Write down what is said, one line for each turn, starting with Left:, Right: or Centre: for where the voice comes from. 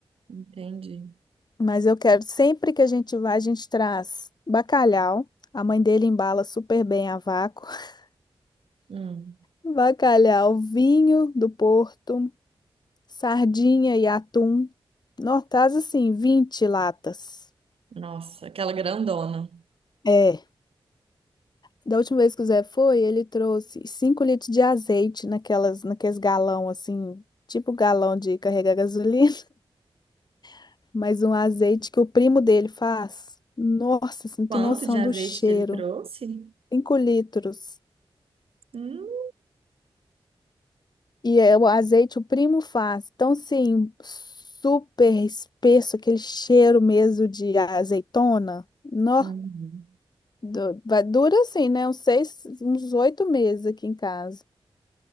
Right: entendi.
Left: mas eu quero, sempre que a gente vai, a gente traz bacalhau. A mãe dele embala super bem a vácuo. <laughs>
Right: Hum,
Left: Bacalhau, vinho do Porto, sardinha e atum. Nós traz assim 20 latas.
Right: nossa, aquela grandona.
Left: É. Da última vez que o Zé foi, ele trouxe 5 litros de azeite naquelas, naqueles galão assim, tipo galão de carregar gasolina, <laughs> mas um azeite que o primo dele faz. Nossa, você não
Right: Quanto
Left: tem noção
Right: de azeite
Left: do cheiro.
Right: que ele trouxe?
Left: 5 litros.
Right: Hum.
Left: E é o azeite o primo faz. Então, sim, super espesso, aquele cheiro mesmo de azeitona. Nó,
Right: Uhum.
Left: du- vai- dura assim, né? Uns seis, uns oito meses aqui em casa.